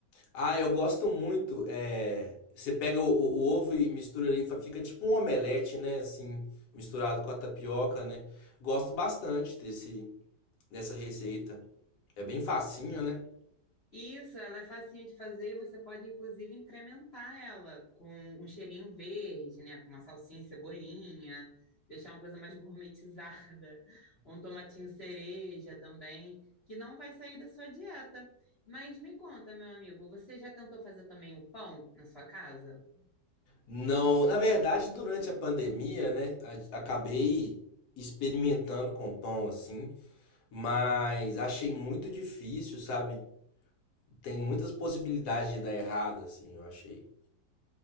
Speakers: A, on the left; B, on the left.
A: Ah, eu gosto muito, é, você pega o, o- o ovo e mistura ali, fa- fica tipo um omelete, né, assim, misturado com a tapioca, né? Gosto bastante desse nessa receita. É bem facinho, né?
B: Isso, ela é facinho de fazer e você pode, inclusive, incrementar ela com um cheirinho verde, né? Com uma salsinha, e cebolinha, deixar uma coisa mais gourmetizada, <laughs> um tomatinho cereja também, que não vai sair da sua dieta. Mas me conta, meu amigo, você já tentou fazer também o pão na sua casa?
A: Não, na verdade, durante a pandemia, né, a- acabei experimentando com pão assim, mas achei muito difícil, sabe? Tem muitas possibilidades de dar errado, assim, eu achei.